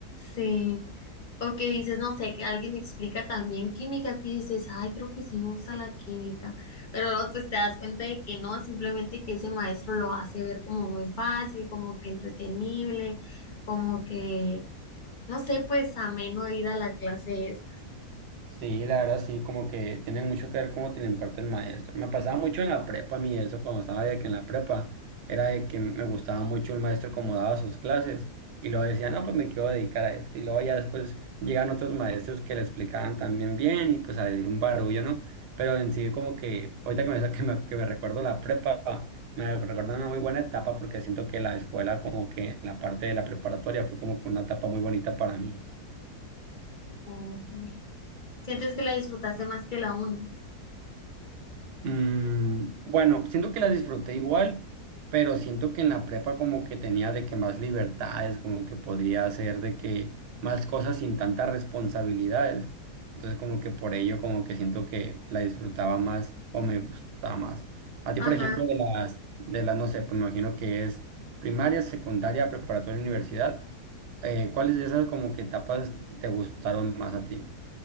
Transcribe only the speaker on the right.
Sí, la verdad sí, como que tiene mucho que ver cómo te lo imparte el maestro. Me pasaba mucho en la prepa a mí eso, cuando estaba de que en la prepa era de que me gustaba mucho el maestro como daba sus clases y luego decía, no, pues me quiero dedicar a esto. Y luego ya después llegan otros maestros que le explicaban también bien y pues había un barullo, ¿no? Pero en sí como que, ahorita que me, que me, que me recuerdo la prepa, me recuerdo una muy buena etapa porque siento que la escuela como que en la parte de la preparatoria fue como que una etapa muy bonita para mí.
Mm, bueno, siento que la disfruté igual, pero siento que en la prepa como que tenía de que más libertades, como que podría hacer de que más cosas sin tantas responsabilidades. Entonces como que por ello como que siento que la disfrutaba más o me gustaba más. A ti,
por ejemplo, de las, de las, no sé, pues me imagino que es primaria, secundaria, preparatoria, universidad. eh, ¿cuáles de esas como que etapas te gustaron más a ti?